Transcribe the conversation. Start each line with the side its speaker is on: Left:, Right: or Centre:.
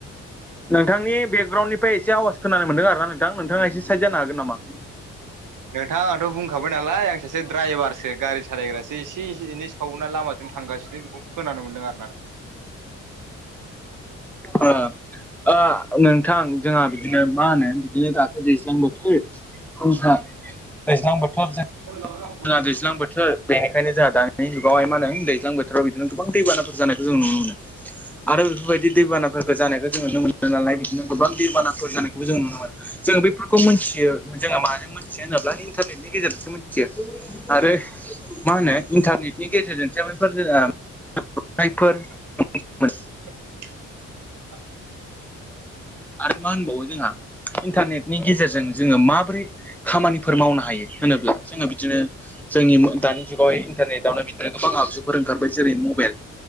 Centre: नोंथांनि बेकग्राउन्डनिफ्राय एसे आवाज खोनानो मोनदों आरोना नोंथां नोंथाङा एसे साइद जानो हागोन नामा?
Right: नोंथाङाथ' बुंखाबाय नालाय आं सासे द्रायभारसो गारि सालायग्रासो एसे एनै सावना लामाजों थांगासिनो बेखौ खोनानो मोनदों आरो ना नोंथां।
Centre: ओ ओ नोंथां जोंहा बिदिनो मा होनो बिदिनो दाथ' दैज्लां बोथोर। फुंजा दैज्लां बोथोर जो
Right: <unintelligible>
Centre: जोंहा दैज्लां बोथोर। बेनिखायनो जोंहा दानि जुगावहाय मा होन दैज्लां बोथोराव बिदिनो गोबां दैबानाफोर जानायखौ जों नुनो मोनो। आरो बेफोरबायदि दै बानाफोरफोरखौ जानायखौ जोङ नुनो मोनो नालाय बिदिनो गोबां दै बानाफोर जानायखौबो जों नुनो मोनो। जों बेफोरखौ मोनथियो जोंहा माजों मोनथियो होनोब्ला इन्टारनेटनि गेजेरजोंसो मिथियो। आरो मा होनो इन्टारनेटनि गेजेरजोंसो बैफोर जों ओ <unintelligible>
Right: <unintelligible>
Centre: आरो मा होनबावो जोंहा इन्टारनेटनि गेजेरजों जोङो मा बोरै खामानिफोर मावनो हायो होनोब्ला जोङो बिदिनो जोंनि मो दानि जुगावहाय इन्टारनेटआवनो बिदिनो गोबां आगजुफोर ओंखारबाय जेरै मबाइल।